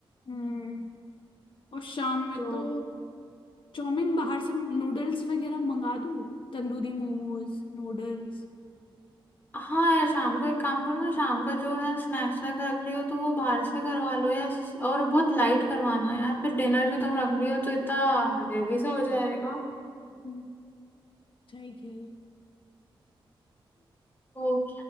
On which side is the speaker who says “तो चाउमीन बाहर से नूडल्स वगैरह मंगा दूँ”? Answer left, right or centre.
Left